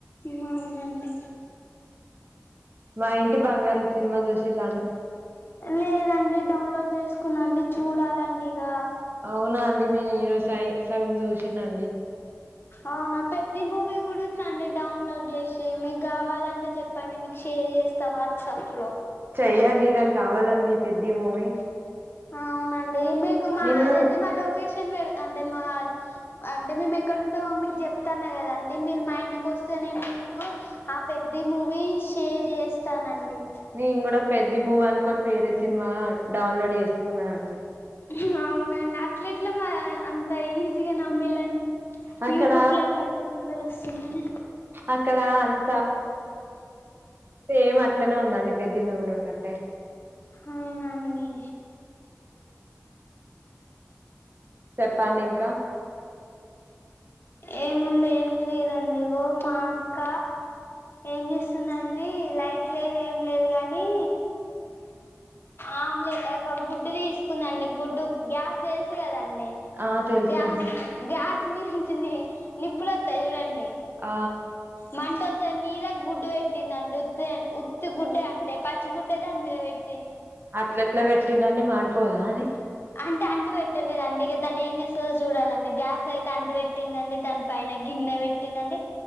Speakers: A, on the left (about 45°); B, on the right (about 40°).
A: మాములండి
B: మా ఇంటి బంగారం సినిమా చుసిలాం
A: లేదండి డౌన్లోడ్ చేసుకున్నాండి చూడాలండి ఇగ
B: అవునా అండి మీ ఈరోజు సై సగం చూసినండి
A: అవునా పెద్ద మూవీ కూడా ఉందండి డౌన్లోడ్ చేసి మీకు కావాలంటే చెప్పండి మీ షేర్ చేస్తా వాట్సాప్ లో
B: చెయ్యండి నాకు కావాలండి పెద్ధి మూవీ
A: అవునండి మీకు మా
B: నేను
A: అదంటే మా లోకేష్ పెడతా అంటే మా అంటే మేము ఎక్కడున్టే మమ్ చెప్తాన్నా కదా అండి మీరు మా ఇంటికి వస్తే నేను మీకు ఆ పెద్ద మూవీ షేర్ చేస్తానండి
B: నేను కూడా పెద్ద మూవి అనుకొని వేరే సినిమా డౌన్లోడ్ చేసుకున్నా అండి.
A: హ్ అవునండి అట్లెట్లో మా అంత ఈజీగా నమ్మేళండి
B: అక్కడ
A: యూట్యూబ్ లకు అంత తొందర వస్తుందని
B: అక్కడ అంతా సేమ్ అట్లనే ఉంద పెద్ధి మేవలు ఉన్నట్టే
A: అవునా అన్ని
B: చెప్పండి ఇంకా
A: ఏముంది ఏం లేదండి ఇగో మా అక్క ఏం చేస్తుందండి లైట్ లేదు ఏం లేదు కానీ ఆమ్లే ఒక గుడ్డు తీసుకుందండి గుడ్డు గ్యాస్ తెలుసు కదం డి
B: ఆ తెలుసండి
A: గ్యా గ్యాస్ మీచని నిపులొత్త జుడం
B: ఆ
A: మంట వచ్చే మీద గుడ్డు పెట్టిందిండి ఉత్తి ఉత్తి గుడ్డే అంటే పచ్చి గుడ్డే దాని మీద పెట్టి
B: అట్లట్ల పెట్టినన్ని మాడిపోదా అది
A: అంటే అంటు పెట్టలేదండి ఇక దాన్ని ఏం చేస్తుందో చూడాలండి గ్యాస్ అయితే అంటు పెట్టిందండి దాని పైన గి న్నె పెట్టిందండి